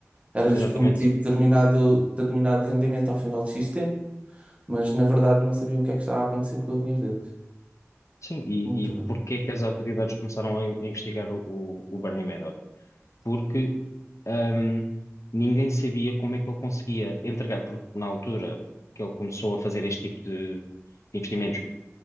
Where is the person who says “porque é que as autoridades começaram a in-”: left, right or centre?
Left